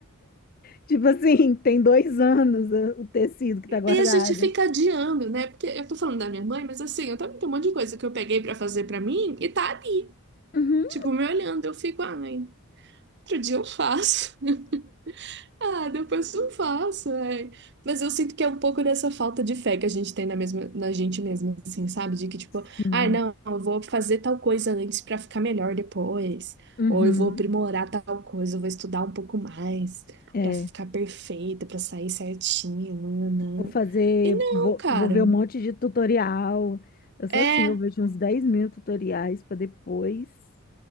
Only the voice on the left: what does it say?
Tipo assim, <laughs> tem dois anos ah, o tecido que
tá guardado.
Uhum.
Sim.
Uhum.
É.
Vou fazer.
Vou,
vou ver um monte de tutorial. Eu sou
assim, eu vejo uns dez mil tutoriais pra depois.